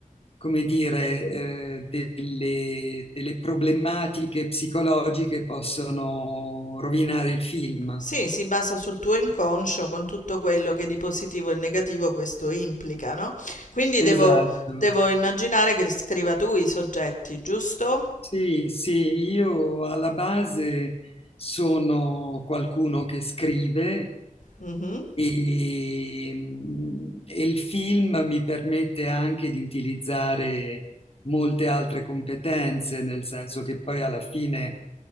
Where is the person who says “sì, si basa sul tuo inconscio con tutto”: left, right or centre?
Left